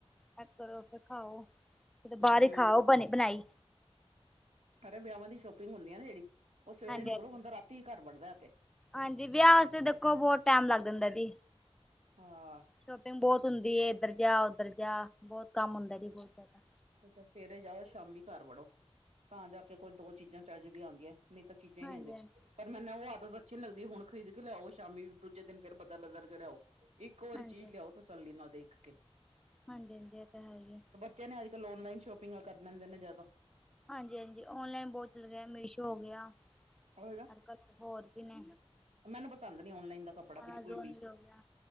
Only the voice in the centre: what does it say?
<unintelligible> ਫਿਰ ਖਾਓ ਕਿਤੇ
ਬਾਹਰ ਹੀ ਖਾਓ ਬਣੀ ਬਣਾਈ
ਹਾਂਜੀ-ਹਾਂਜੀ
ਹਾਂਜੀ
ਹਾਂਜੀ ਵਿਆਹ ਵਾਸਤੇ ਦੇਖੋ ਬਹੁਤ ਟੈਮ ਲੱਗ ਜਾਂਦਾ ਏ ਜੀ
ਸ਼ੋਪਿੰਗ ਬਹੁਤ ਹੁੰਦੀ ਏ ਇੱਧਰ ਜਾ ਉੱਧਰ ਜਾ ਬਹੁਤ ਕੰਮ ਹੁੰਦਾ ਜੀ ਬਹੁਤ ਜ਼ਿਆਦਾ
ਹਾਂਜੀ-ਹਾਂਜੀ
ਹਾਂਜੀ-ਹਾਂਜੀ
ਹਾਂਜੀ ਹਾਂਜੀ ਏਹ ਤਾਂ ਹੈ ਹੀ ਐ
ਹਾਂਜੀ ਹਾਂਜੀ ਔਨਲਾਈਨ ਬਹੁਤ ਚੱਲ ਗਿਆ ਮੀਸ਼ੋ ਹੋ ਗਿਆ
ਅੱਜ ਕੱਲ ਹੋਰ ਵੀ ਨੇ
ਐਮਾਜ਼ੋਨ ਵੀ ਹੋ ਗਿਆ